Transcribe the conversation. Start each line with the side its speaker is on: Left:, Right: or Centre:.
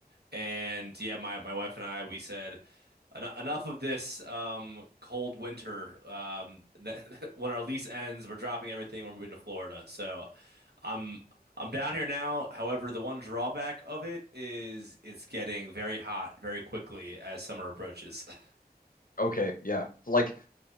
Right: And yeah, my, my wife and I, we said, "En- enough of this um, cold winter. Um, that, <laughs> when our lease ends, we're dropping everything. We're moving to Florida. So I'm I'm down here now. However, the one drawback of it is it's getting very hot very quickly as summer approaches. <laughs>
Left: Okay, yeah. Like